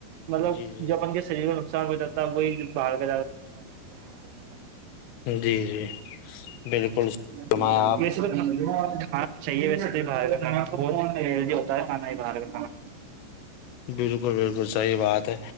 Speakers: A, on the right; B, on the left.
A: مطلب
B: جی جی
A: جو اپن کے شریر میں نقصان ہو جاتتا ہے وہی باہر کا زیادہ تر <inaudible>
B: جی جی بالکل
A: <unintelligible>
B: فرمایا آپ
A: <unintelligible>
B: بالکل بالکل صحیح بات ہے